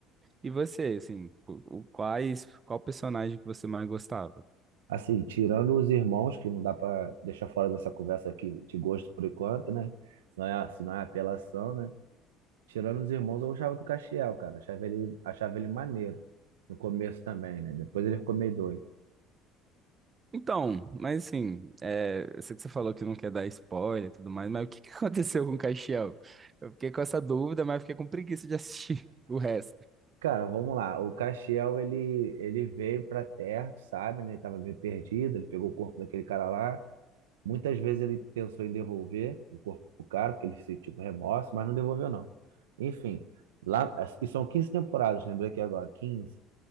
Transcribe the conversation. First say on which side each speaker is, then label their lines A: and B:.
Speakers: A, on the right; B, on the right.
A: e você, assim, qu- o- quais, qual personagem que você mais gostava?
B: Assim, tirando os irmãos, que não dá pra deixar fora dessa conversa aqui de gosto por enquanto, né? Senão é, senão é apelação, né? Tirando os irmãos, eu gostava do Castiel, cara. Achava ele, achava ele maneiro. No começo também, né? Depois ele ficou meio doido.
A: Então, mas assim, é, eu sei que você falou que não quer dar spoiler e tudo mais, mas o que que <laughs> aconteceu com o Caixão? Eu fiquei com essa dúvida, mas fiquei com preguiça de assistir <laughs> o resto.
B: Cara, vamos lá. O Castiel, ele, ele veio pra Terra, tu sabe, né? Ele tava meio perdido, ele pegou o corpo daquele cara lá. Muitas vezes ele pensou em devolver o corpo pro cara, porque ele sentiu remorso, mas não devolveu, não. Enfim, lá, e são 15 temporadas, lembrei aqui agora, quinze